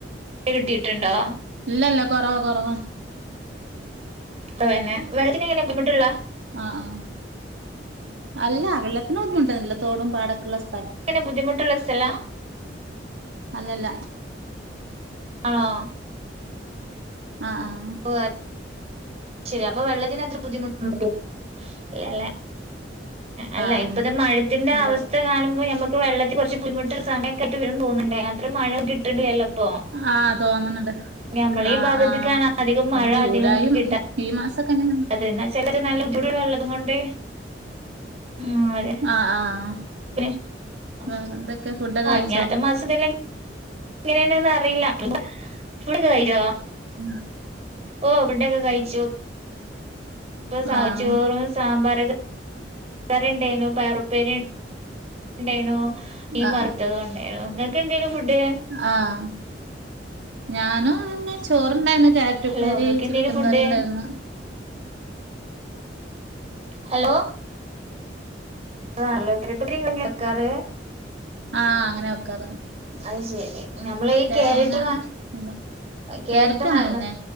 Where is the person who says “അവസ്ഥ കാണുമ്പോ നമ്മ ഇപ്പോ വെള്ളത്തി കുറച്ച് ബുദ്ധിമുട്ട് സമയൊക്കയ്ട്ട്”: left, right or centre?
Right